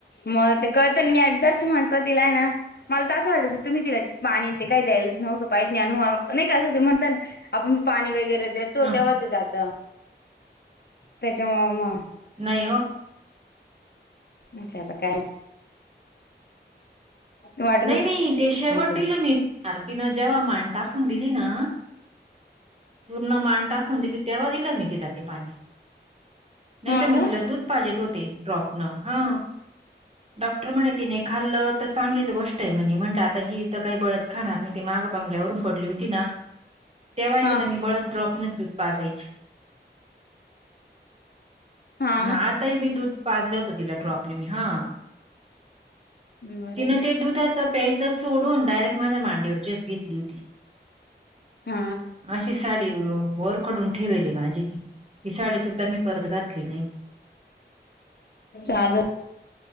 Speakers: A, on the left; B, on the right.
A: मग ते कळत जास् <unintelligible> म्हणत दीलाय ना मला तर असं वाटायचं तुम्ही तिला पाणी ते काय द्यायच नव्हतं पाहिजे, अला नाही का असं ते म्हणता ना. आपण पाणी वगैरे देतो
B: ह
A: तेव्हा ते जात, त्याच्या मूळ म
B: नई ओ‌.
A: म्हटले आता काय वाटत
B: नाही नाही ते शेवट
A: होत
B: दिलं मी आरतीनं जेव्हा माण टाकून दिली ना पूर्ण मान टाकून दिली तेव्हा दिलं मी तिला ते पाणी. नाही
A: हा
B: तर मी
A: का
B: तिला दूध पाजीत होते ड्रॉपन हा. डॉक्टर म्हणे तिन खाल्लं तच चांगलीच गोष्ट आहे म्हणे म्हटलं आता ही तर काही बळच खाणार नाही ते माग बांंगल्यावरून पडली होती ना त्यावेळी
A: हा
B: तिला मी बळस ड्रॉपनेच देत पाजायची.
A: हा
B: मग आताही मी दूध पाजलं होत तिला ड्रॉपने मी हा.
A: बरे
B: तिनं ते दुधाचं प्यायचं सोडून डायरेक्ट माझ्या मांडीवरती जेप घेतली होती.
A: हा
B: अशी साडी वोरखडून ठेवेली माझी ती. ती साडी सुद्धा मी परत घातली नाही.
A: चालत.